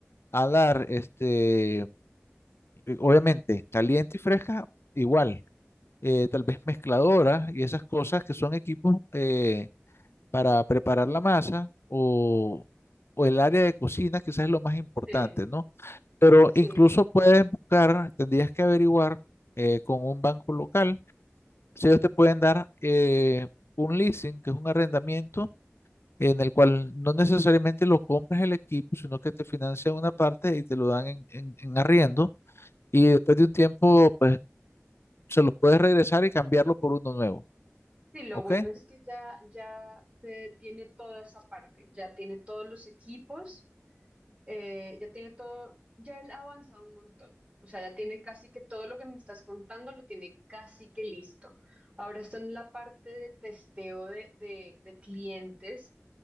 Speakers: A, on the left; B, on the right.
A: a dar, este, eh, obviamente, caliente y fresca, igual, eh, tal vez mezcladora y esas cosas que son equipos. eh, para preparar la masa o, o el área de cocina, quizás es lo más importante,
B: Sí.
A: ¿no? Pero
B: Sí.
A: incluso puedes buscar, tendrías que averiguar eh, con un banco local si ellos te pueden dar eh, un leasing, que es un arrendamiento en el cual no necesariamente lo compras el equipo, sino que te financian una parte y te lo dan en, en en arriendo y después de un tiempo, pues se lo puedes regresar y cambiarlo por uno nuevo,
B: Sí, lo
A: ¿ok?
B: bueno es que ya, ya Fede tiene toda esa parte, ya tiene todos los equipos. eh, ya tiene todo, ya él ha avanzado un montón. O sea, ya tiene casi que todo lo que me estás contando lo tiene casi que listo. Ahora está en la parte de testeo de, de, de clientes,